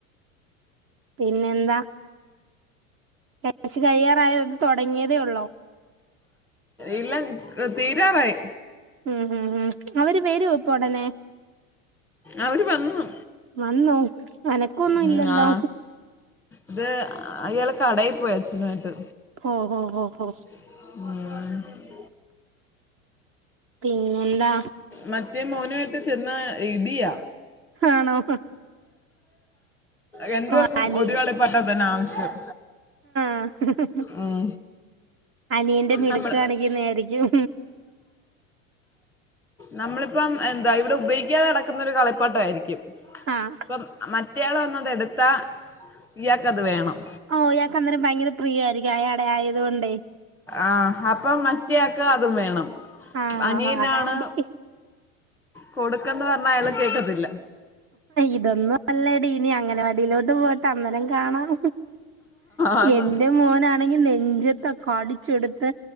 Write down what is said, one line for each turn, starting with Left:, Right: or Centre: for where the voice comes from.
Right: പിന്നെന്താ കഴിച്ചു കഴിയാറായോ തുടങ്ങിയതേ ഉള്ളോ
Centre: ഇല്ല തീരാറായി
Right: ഉം ഉം ഉം അവര് വരൂവോ ഇപ്പൊ ഉടനെ
Centre: അവര് വന്നു
Right: വന്നോ അനക്കൊന്നും
Centre: ഉം,
Right: ഇല്ലല്ലോ
Centre: ആ ഇത് അയാൾ കടയിൽ പോയ അച്ഛനായിട്ട്
Right: ഒ ഓ ഹോ ഹോ
Centre: ഉം
Right: പിന്നെന്താ
Centre: മറ്റേ മോനയിട്ട് ചെന്ന ഇടിയാ
Right: ആണോ
Centre: രണ്ടു
Right: ഓ
Centre: പേർക്കും
Right: അനിയ
Centre: ഒരു കളി പാട്ട തന്നെ ആവശ്യം
Right: ആ <unintelligible>
Centre: ഉം
Right: അനിയന്റെ മിടുക്ക്
Centre: നമ്മൾ
Right: കാണിക്കുന്നതയിരിക്കും
Centre: നമ്മളിപ്പം എന്താ ഇവിടെ ഉപയോഗിക്കാതെ കിടക്കുന്നൊരു കളിപ്പാട്ടയിരിക്കും
Right: ആഹ്
Centre: ഇപ്പം മ കുട്ടയാള വന്നത് എടുത്താൽ ഇയാൾക്കത് വേണം
Right: ഓഹ് യാൾക്ക് അന്നേരം ഭയങ്ക പ്രിയായിയിരിക്കും അയാടെ ആയതുകൊണ്ട്
Centre: ആഹ് അപ്പം മറ്റയാൾക്ക് അതും വേണം
Right: ആഹ്
Centre: അനിയനാണ്
Right: അതാടി <inaudible>
Centre: കൊടുക്കെന്ന് പറഞ്ഞാൽ അയാൾ കേൾക്കത്തില്ല
Right: ഇതൊന്നും അല്ലടീ ഇനി അങ്കണവാടിയലോട്ട് പോ അന്നേരം കാണാം
Centre: ആന്ന്.
Right: എന്റെ മോനാണെങ്കിൽ നെഞ്ചത്തൊക്കെ അടിച്ചെടുത്ത്